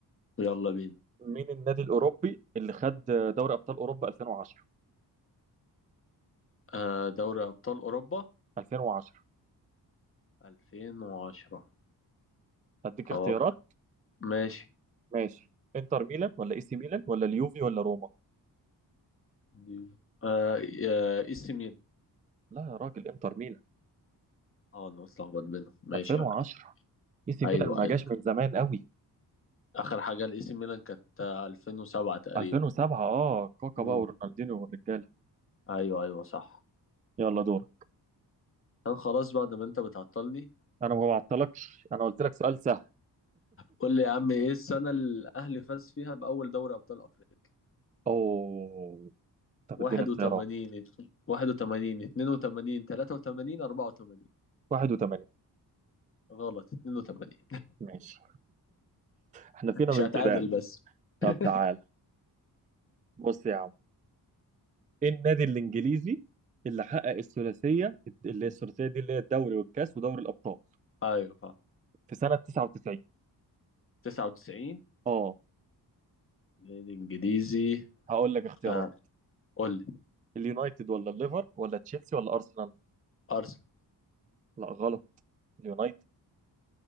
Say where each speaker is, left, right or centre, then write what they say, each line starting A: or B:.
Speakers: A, on the left (about 30°); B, on the right (about 20°).
A: يلا بينا
B: مين النادي الاوروبي اللي خد دوري ابطال اوروبا 2010
A: آه دوري أبطال أوروبا
B: 2010
A: 2010
B: هديك
A: أتوقع
B: اختيارات
A: ماشي
B: ماشي انتر ميلان ولا اي سي ميلان ولا اليوفي ولا روما
A: دي- آه إي سي ميلان
B: لا يا راجل انتر ميلان
A: اه أنا متلخبط بينهم ماشي
B: 2010
A: يا معلم
B: اي سي
A: أيوه
B: ميلان ما
A: أيوه
B: جاش من زمان قوي
A: اخر حاجه لاي سي ميلان كانت آه، 2007 تقريبا
B: 2007 اه كاكا
A: امم
B: بقى ورونالدينيو والرجاله
A: ايوه ايوه صح
B: يلا دور
A: كان خلاص بقى ده ما انت بتعطلني
B: انا ما بعطلكش انا قلت لك سؤال سهل
A: قول لي يا عم ايه السنه اللي الاهلي فاز فيها باول دوري ابطال افريقيا
B: اوه طب
A: 81
B: اديني اختيارات
A: ات- 81 82 83 84
B: 81
A: غلط 82
B: ماشي احنا فينا
A: مش
B: من
A: هتعادل
B: كده يعني
A: بس <laughs>
B: طب تعال بص يا عم ايه النادي الانجليزي اللي حقق الثلاثيه اللي هي الثلاثيه دي اللي هي الدوري والكاس ودوري الابطال
A: ايوه فاهم
B: في سنه 99
A: 99
B: اه
A: نادي انجليزي
B: هقول لك اختيارات
A: آه. قول لي
B: اليونايتد ولا الليفر ولا تشيلسي ولا ارسنال
A: ارسنال
B: لا غلط اليونايتد